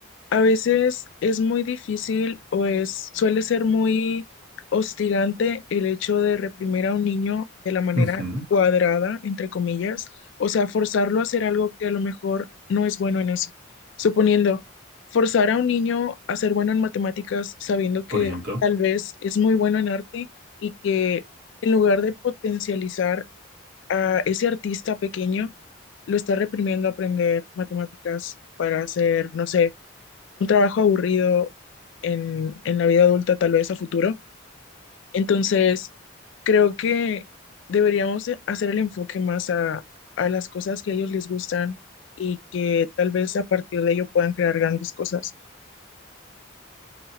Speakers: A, on the left (about 60°); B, on the right (about 50°).
A: A veces es muy difícil o es, suele ser muy hostigante el hecho de reprimir a un niño de la manera
B: Ujú,
A: cuadrada, entre comillas, o sea, forzarlo a hacer algo que a lo mejor no es bueno en eso. Suponiendo, forzar a un niño a ser bueno en matemáticas sabiendo que
B: por ejemplo.
A: tal vez es muy bueno en arte y que en lugar de potencializar a ese artista pequeño, lo está reprimiendo a aprender matemáticas para hacer, no sé un trabajo aburrido en, en la vida adulta, tal vez a futuro. Entonces, creo que deberíamos de hacer el enfoque más a, a las cosas que a ellos les gustan y que tal vez a partir de ello puedan crear grandes cosas.